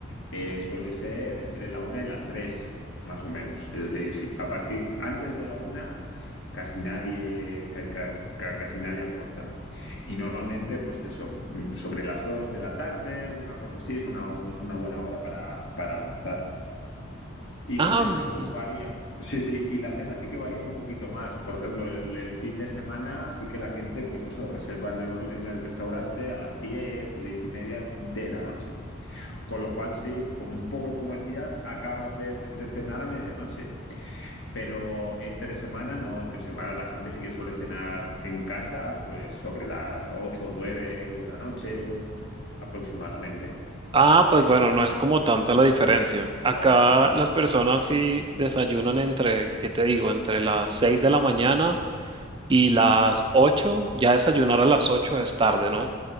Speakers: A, on the left; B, on the right.
A: eh, suele ser entre la una y las tres, más o menos. Es decir, sí, a partir antes de la una casi nadie, ca- ca- ca- casi nadie almuerza. Y normalmente, pues eso, sobre las dos de la tarde, una cosa así, es una, es una buena hora para, para almorzar. Y
B: Ah,
A: la cena,
B: mm,
A: pues varía. Sí, sí, y la cena sí que varía un poquito más. Por ejemplo, el, el fin de semana sí que la gente, pues eso, reserva en el, en el restaurante a las 10 o 10 y media de la noche. Con lo cual, sí, como un poco como decías, acabas de, de- de cenar a medianoche. Pero entre semana no, entre semana la gente sí que suele cenar en casa, pues sobre las 8 o 9 de la noche aproximadamente.
B: ah, pues
A: Sí,
B: bueno,
A: sí.
B: no es como tanta la diferencia.
A: No,
B: Acá
A: no,
B: las
A: no.
B: personas sí desayunan entre, ¿qué te digo? Entre las 6 de la mañana y
A: Ujú.
B: las 8. Ya desayunar a las 8 es tarde, ¿no?